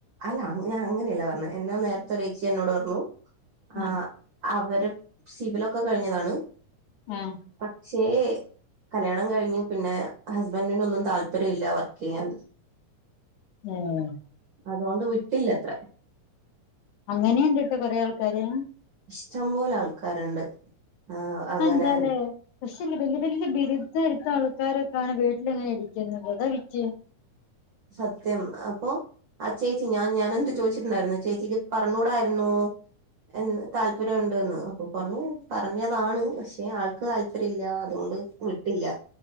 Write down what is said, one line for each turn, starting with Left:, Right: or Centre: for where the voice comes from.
Right: അല്ല ഞാൻ അങ്ങനെയല്ല പറഞ്ഞേ എന്നോ നേരത്തെ ഒരു ചേച്ചി എന്നോട് പറഞ്ഞു
Left: ആ
Right: ആഹ് അവര് സിവിലൊക്കെ കഴിഞ്ഞതാണ്
Left: ഉം
Right: പക്ഷേ കല്യാണം കഴിഞ്ഞു പിന്നെ ഹസ്ബന്റിനൊന്നും താല്പര്യം ഇല്ല വർക്ക് ചെയ്യാൻ
Left: ഉം
Right: അതോണ്ട് വിട്ടില്ലത്രെ
Left: അങ്ങനെയുണ്ട്ട്ട കൊറെ ആൾക്കാര്
Right: ഇഷ്ടം പോലെ ആൾക്കാരുണ്ട് ആഹ് അങ്ങനെ
Left: അത് എന്താലേ പക്ഷേ ഇല്ല വലിയ വലിയ ബിരുദം എടുത്താൾക്കാരൊക്കെയാണ് വീട്ടിലിങ്ങനെ ഇരിക്കുന്നത് അതാ വിറ്റ്
Right: സത്യം അപ്പൊ ആഹ് ചേച്ചി ഞാൻ ഞാൻ എന്ത് ചോദിച്ചിട്ടുണ്ടായിരുന്നു ചേച്ചിക്ക് പറഞ്ഞൂടായിരുന്നു എ താല്പര്യംണ്ടന്ന് അപ്പൊ പറഞ്ഞു പറഞ്ഞതാണ് പക്ഷെ ആൾക്ക് താല്പര്യം ഇല്ല അതുകൊണ്ട് വിട്ടില്ല